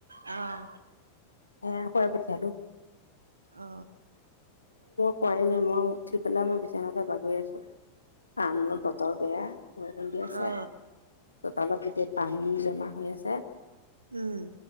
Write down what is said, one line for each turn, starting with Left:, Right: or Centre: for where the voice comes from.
Right: উম
Left: আহ হয় পালো
Right: অ
Left: হয় নাই মই উঠি পেলাই মই বিছনাতে বাগৰি আছো ক বতৰ বেয়া বলি আছে
Right: অ
Left: চোতালত গোটেই পানী জমা হৈ আছে
Right: উম